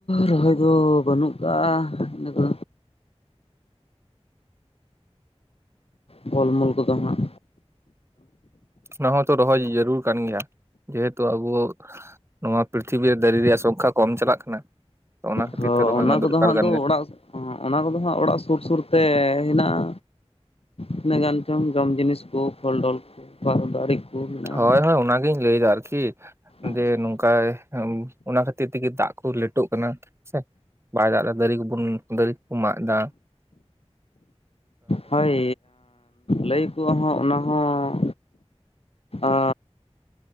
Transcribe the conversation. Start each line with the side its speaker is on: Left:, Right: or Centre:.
Left: ᱨᱚᱦᱚᱭ ᱫᱚ ᱵᱟᱹᱱᱩᱜ ᱠᱟᱜᱼᱟ ᱤᱱᱟ ᱫᱚ ᱯᱷᱚᱞᱢᱚᱞ ᱠᱚᱫᱚ ᱦᱟᱜ
Right: ᱚᱱᱟ ᱦᱚᱸᱛᱚ ᱨᱚᱦᱚᱭ ᱡᱟᱹᱨᱩᱲ ᱠᱟᱱ ᱜᱮᱭᱟ ᱡᱮᱦᱮᱛᱩ ᱟᱵᱚ ᱱᱚᱣᱟ ᱯᱨᱤᱛᱷᱤᱵᱤᱨ ᱨᱮ ᱫᱟᱨᱮᱹ ᱨᱮᱭᱟᱜ ᱥᱚᱝᱠᱷᱟ ᱠᱚᱢ ᱪᱟᱞᱟᱜ ᱠᱟᱱᱟ ᱛᱚ ᱚᱱᱟ ᱠᱷᱟᱹᱛᱤᱨ
Left: ᱛᱷᱟ
Right: ᱛᱮ ᱨᱚᱦᱚᱭ
Left: ᱚᱱᱟ
Right: ᱢᱟ ᱫᱚᱨᱠᱟᱨ
Left: ᱠᱚᱫᱚ ᱦᱟᱸᱜ
Right: ᱠᱟᱱ
Left: ᱫᱚ
Right: ᱜᱮ
Left: ᱚᱲᱟᱜ ᱚᱱᱟ ᱠᱚᱫᱚ ᱦᱟᱸᱜ ᱚᱲᱟᱜ ᱥᱩᱨ ᱥᱩᱨ ᱛᱮ ᱦᱮᱱᱟᱜᱼᱟ ᱛᱤᱤᱱᱟᱹᱜ ᱜᱟᱱ ᱪᱚᱝ ᱡᱚᱢ ᱡᱤᱱᱤᱥ ᱠᱚ ᱯᱷᱚᱞ-ᱰᱚᱞ ᱠᱚ ᱫᱟᱨᱮ ᱠᱚ ᱢᱮᱱᱟᱜᱼᱟ
Right: ᱦᱳᱭ ᱦᱳᱭ ᱚᱱᱟᱜᱤᱧ ᱞᱟᱹᱭᱮᱫᱟ ᱟᱨᱠᱤ
Left: ᱟᱪᱪᱷᱟ
Right: ᱡᱮ ᱱᱚᱝᱠᱟᱭ ᱚᱱᱟ ᱠᱷᱟᱹᱛᱤᱨ ᱛᱮᱜᱮ ᱫᱟᱜ ᱠᱚ ᱞᱮᱴᱳᱜ ᱠᱟᱱᱟ ᱥᱮ ᱵᱟᱭ ᱫᱟᱜ ᱮᱫᱟ ᱫᱟᱨᱮ ᱠᱚᱵᱚᱱ ᱫᱟᱨᱮ ᱠᱚᱵᱚᱱ ᱢᱟᱜ ᱮᱫᱟ
Left: ᱦᱳᱭ ᱞᱟᱹᱭ ᱟᱠᱚ ᱦᱚᱸ ᱚᱱᱟ ᱦᱚᱸ ᱚᱼᱼ